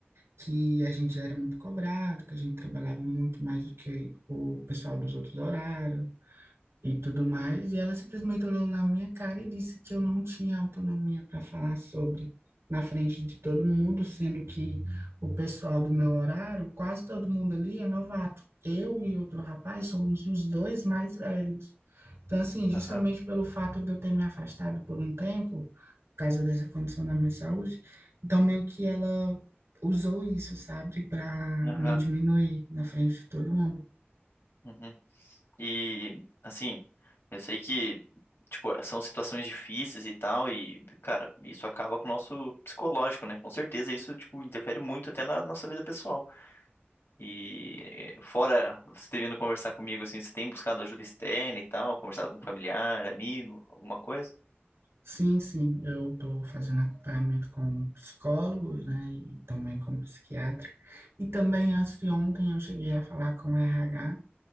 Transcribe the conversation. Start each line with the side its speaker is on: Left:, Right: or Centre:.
Right: que a gente era muito cobrado, que a gente trabalhava muito mais do que o pessoal dos outros horários, e tudo mais, e ela simplesmente olhou na minha cara e disse que eu não tinha autonomia para falar sobre na frente de todo mundo, sendo que o pessoal do meu horário, quase todo mundo ali é novato. Eu e outro rapaz somos os dois mais velhos. Então, assim, justamente
Left: aham,
Right: pelo fato de eu ter me afastado por um tempo, por causa dessa condição da minha saúde, então meio que ela usou isso, sabe, para
Left: aham.
Right: me diminuir na frente de todo mundo.
Left: uhum. E, assim, eu sei que, tipo, são situações difíceis e tal, e, cara, isso acaba com o nosso psicológico, né? Com certeza isso, tipo, interfere muito até na nossa vida pessoal. E, eh, fora você ter vindo conversar comigo, assim, você tem buscado ajuda externa e tal, conversado com familiar, amigo, alguma coisa?
Right: Sim, sim, eu estou fazendo acompanhamento com um psicólogo, né, e também com um psiquiatra. E também antes de ontem eu cheguei a falar com o RH,